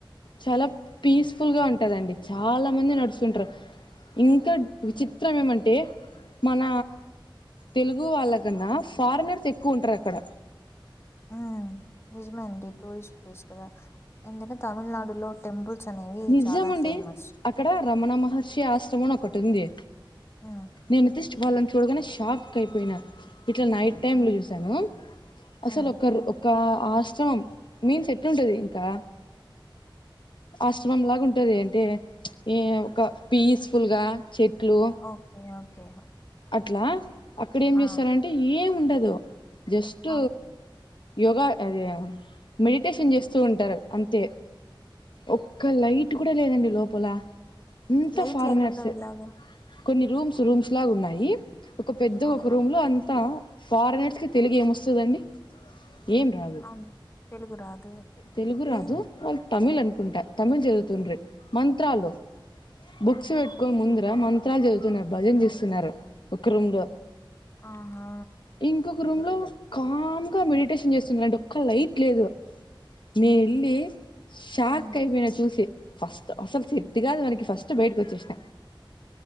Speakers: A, on the left; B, on the left.
A: చాలా పీస్ ఫుల్ గా ఉంటదండి చాలా మంది నడుస్తుంటారు ఇంకా విచిత్రం ఏమంటే మన తెలుగు వాళ్ళ కన్నా ఫార్నర్స్ ఎక్కువ ఉంటారు అక్కడ
B: ఉ నిజమే అండి టూరిస్ట్ ప్లేస్ కదా ఏందిఅంటే తమిళనాడులో టెంపుల్స్ అనేవి
A: నిజమండి
B: చాలా ఫేమస్
A: అక్కడ రమణ మహర్షి ఆశ్రమం అను ఒకటి ఉంది
B: ఉమ్
A: నేను తీస్ట్ వాళ్ళని చూడగానే షాక్ అయిపోయినా ఇట్లా నైట్ టైమ్
B: ఉమ్
A: లో చూసాను అసలు
B: ఉమ్
A: ఒకరు ఒక్క ఆశ్రమం మీల్స్ ఎట్ల ఉంటది ఇంకా ఆశ్రమంలాగా ఉంటది ఎంటె ఏ ఒక పీస్ ఫుల్ గా చెట్లు
B: ఓకే ఓకే
A: అట్లా అక్కడ ఏం చేస్తారంటే
B: ఆ
A: ఏం ఉండదు జస్ట్
B: ఆ
A: యోగా అది మెడిటేషన్ చేస్తూ ఉంటారు అంతే ఒక్క లైట్ కూడా లేదండి లోపల ఇంత
B: లైట్
A: ఫారనర్స్
B: లేకుండా ఎలాగా
A: కొన్ని రూమ్స్ రూమ్స్ లాగా ఉన్నాయి ఒక పెద్ద
B: ఆహా
A: ఒక రూమ్ లో అంతా ఫారిగ్నర్స్ కి తెలుగు ఏమోస్తది అండి ఏం రాదు
B: అవును తెలుగు రాదు
A: తెలుగు రాదు
B: ఏది
A: వాళ్ళు తమిళ్ అనుకుంట
B: ఉమ్
A: తమిళ్ చదువు తుండ్రె మంత్రాలు బుక్స్ వెట్టుకోనీ ముంద్ర మంత్రాలు చదువుతున్నారు భజన చేస్తున్నారు ఒక రూమ్ లో
B: ఆహా
A: ఇంకొక రూమ్ లో కామ్గా మెడిటేషన్ చేస్తుంనాడు ఒక్క లైట్ లేదు నే ఏళ్లి షాక్
B: ఉమ్
A: అయిపోయినా చూసి ఫస్ట్ అసలు సేట్ కాదు మనకి ఫస్ట్ బయటకి వచ్చేసిన